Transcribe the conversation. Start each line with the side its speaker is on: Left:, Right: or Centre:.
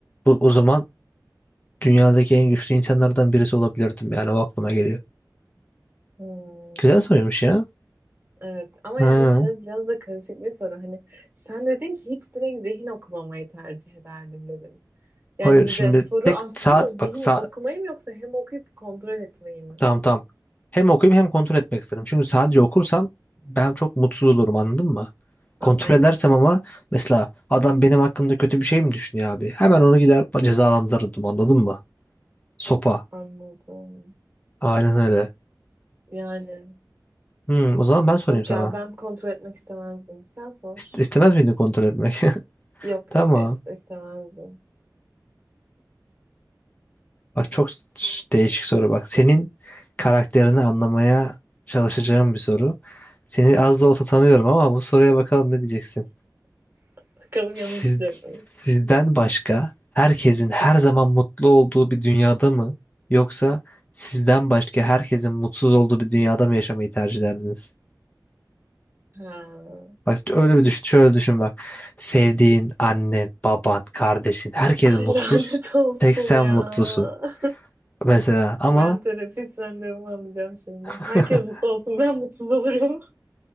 Left: Bu, o zaman dünyadaki en güçlü insanlardan birisi olabilirdim yani o aklıma geliyor.
Right: Hmm,
Left: Güzel soruymuş ya.
Right: Evet ama
Left: Ha,
Right: yani şöyle biraz da karışık bir soru. Hani sen dedin ki hiç direkt zihin okumamayı tercih ederdim dedin.
Left: hayır
Right: Yani bir
Left: şimdi
Right: de soru
Left: tek
Right: aslında
Left: saat
Right: zihin
Left: bak saat
Right: okumayı mı yoksa hem okuyup kontrol etmeyi mi?
Left: tamam tamam. Hem okuyup hem kontrol etmek isterim. Çünkü sadece okursam ben çok mutsuz olurum anladın mı?
Right: Anladım.
Left: Kontrol edersem ama mesela adam benim hakkımda kötü bir şey mi düşünüyor abi? Hemen onu gider cezalandırırdım anladın mı? Sopa.
Right: Anladım.
Left: Aynen öyle.
Right: Yani
Left: Hmm, o zaman ben sorayım
Right: yok
Left: sana.
Right: ya ben kontrol etmek istemezdim. Sen sor.
Left: İst- istemez miydin kontrol etmek? <laughs>
Right: Yok
Left: Tamam.
Right: yok is- istemezdim.
Left: Bak çok s- değişik soru bak. Senin karakterini anlamaya çalışacağım bir soru. Seni az da olsa tanıyorum ama bu soruya bakalım ne diyeceksin.
Right: <laughs> Bakalım
Left: Siz,
Right: yanıltacak mıyım?
Left: sizden başka herkesin her zaman mutlu olduğu bir dünyada mı yoksa sizden başka herkesin mutsuz olduğu bir dünyada mı yaşamayı tercih ederdiniz?
Right: Ha.
Left: Bak öyle bir düşün, şöyle düşün bak. Sevdiğin annen, baban, kardeşin herkes
Right: Ay
Left: mutsuz.
Right: lanet olsun
Left: Tek sen
Right: ya.
Left: mutlusun
Right: <laughs>
Left: mesela ama
Right: Ben terapist randevumu alacağım şimdi.
Left: <laughs>
Right: Herkes mutlu olsun ben mutsuz olurum. <laughs>